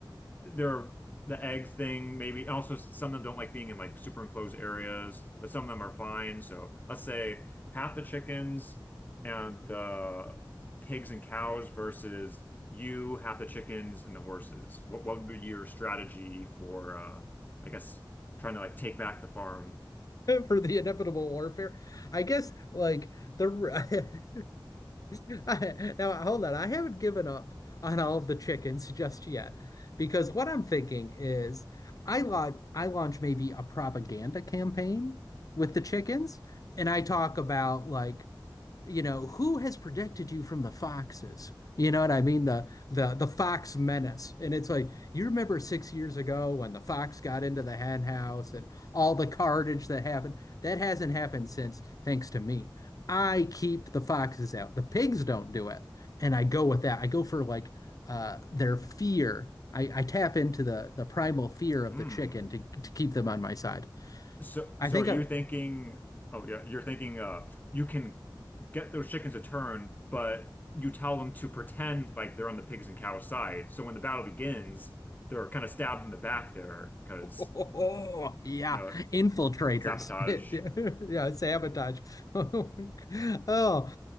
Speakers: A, on the left; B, on the left.
A: they're the egg thing maybe and also some of them don't like being in like super enclosed areas but some of them are fine so let's say half the chickens and the pigs and cows versus you half the chickens and the horses what, what would be your strategy for uh I guess trying to like take back the farm
B: For the inevitable warfare, I guess like the <laughs> <laughs> I, now, hold on. I haven't given up on all of the chickens <laughs> just yet because what I'm thinking is I launch, I launch maybe a propaganda campaign with the chickens and I talk about like you know, who has protected you from the foxes? You know what I mean? The the the fox menace. And it's like, you remember six years ago when the fox got into the hen house and all the carnage that happened? That hasn't happened since, thanks to me. I keep the foxes out. The pigs don't do it. And I go with that. I go for like uh their fear. I, I tap into the the primal fear of
A: <laughs> hmm
B: the chicken to to keep them on my side.
A: So,
B: I
A: so
B: think
A: are you
B: I
A: thinking? Oh yeah, you're thinking. Uh, you can get those chickens to turn, but you tell them to pretend like they're on the pigs and cows side. So when the battle begins, they're kind of stabbed in the back there because
B: Oh, yeah,
A: you know
B: infiltrators.
A: sabotage.
B: <laughs> yeah, sabotage. <laughs> oh,